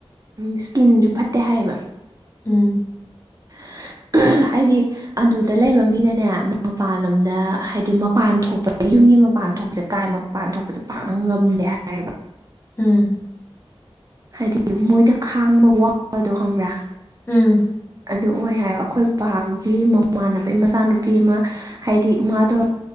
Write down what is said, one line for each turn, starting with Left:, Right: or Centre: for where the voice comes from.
Right: ꯏꯁꯀꯤꯟꯁꯨ ꯐꯠꯇꯦ ꯍꯥꯏꯌꯦꯕ
Left: ꯎꯝ
Right: <inaudible> ꯍꯥꯏꯗꯤ ꯑꯗꯨꯗ ꯂꯩꯕ ꯃꯤꯅꯅꯦ ꯃꯄꯥꯟꯂꯣꯝꯗ ꯍꯥꯏꯗꯤ ꯃꯄꯥꯟ ꯊꯣꯛꯄꯗ ꯌꯨꯝꯒꯤ ꯃꯄꯥꯟ ꯊꯣꯛꯄ ꯁꯦ ꯀꯥꯏ ꯃꯄꯥꯟ ꯊꯣꯛꯄꯁꯦ ꯄꯥꯛꯅ ꯉꯝꯗꯦ ꯍꯥꯏꯌꯦꯕ
Left: ꯎꯝ
Right: ꯍꯥꯏꯗꯤ ꯃꯣꯏꯗ ꯈꯥꯡꯕ ꯋꯥꯕꯗꯣ ꯈꯪꯕ꯭ꯔꯥ
Left: ꯎꯝ
Right: ꯑꯗꯨ ꯑꯣꯏ ꯍꯥꯏ ꯑꯩꯈꯣꯏ ꯕꯥꯒꯤ ꯃꯃꯥꯟꯅꯕꯒꯤ ꯃꯆꯥꯅꯨꯄꯤ ꯑꯃ ꯍꯥꯏꯗꯤꯃꯥꯗꯣ